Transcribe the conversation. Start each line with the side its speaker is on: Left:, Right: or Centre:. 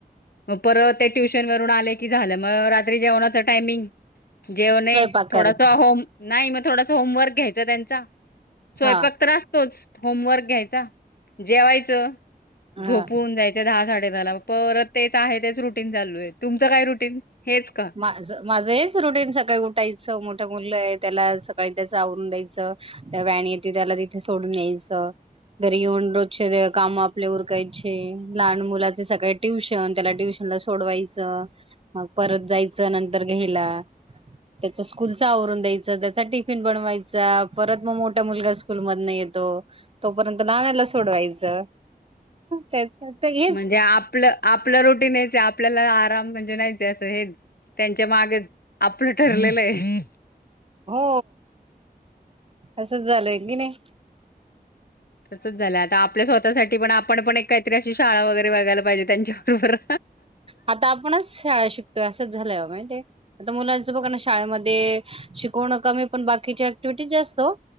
Left: मग परत ते ट्युशन वरून आले की झालं मग रात्री जेवणाच टायमिंग जेवणे
Right: स्वयंपाक
Left: थोडास
Right: करत
Left: होम नाही मग थोडास होमवर्क घ्यायच त्यांचा. स्वयंपाक
Right: हा
Left: तर असतोच, होमवर्क घ्यायचा. जेवायचं,
Right: हा
Left: झोपून जायचं, दहा-साडे-दहाला परत ते आहे तेच रुटीन चालू आहे. तुमचं काय रुटीन? हेच का
Right: माझ माझं हेच रुटीन, सकाळी उठायचं, मोठ्या मुलं आहे. त्याला सकाळी त्याच आवरून द्यायचं. त्या व्हॅन येते त्याला तिथे सोडून यायचं. घरी येऊन रोजचे काम आपले उरकायचे, लहान मुलाचे सकाळे ट्यूशन, त्याला ट्यूशन- मला सोडवायचं, मग परत जायचं, नंतर घ्यायला. त्याच स्कूलच आवरून द्यायचं, त्याचा टिफिन बनवायचा. परत मग मोठा मुलगा स्कूल मधन येतो, तोपर्यंत लहानाला सोडवायचं. तेच तर हेच
Left: म्हणजे आपलं-आपला रोटीन हाय ते, आपल्याला आराम म्हणजे नाही ते अस, हे त्यांच्या मागे आपलं ठरलेलं आहे.
Right: हो असच झालंय की नाही.
Left: तसच झालंय, आता आपल्या स्वतःसाठी पण आपण पण एक काहीतरी अशी शाळा वगैरे बघायला पाहिजे त्यांच्याबरोबर.
Right: आता आपणच शाळा शिकतोय असंच झालंय माहिते, आता मुलांचं बघा ना शाळेमध्ये शिकवणं कमी पण बाकीची ऍक्टिव्हटी जास्त ओ.